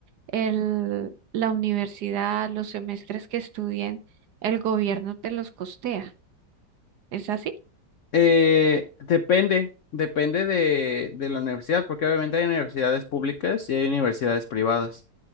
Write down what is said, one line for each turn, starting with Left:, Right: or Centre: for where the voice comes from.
Right: el, la universidad, los semestres que estudien, el gobierno te los costea. ¿Es así?
Left: Eh, depende, depende de, de la universidad, porque obviamente hay universidades públicas y hay universidades privadas.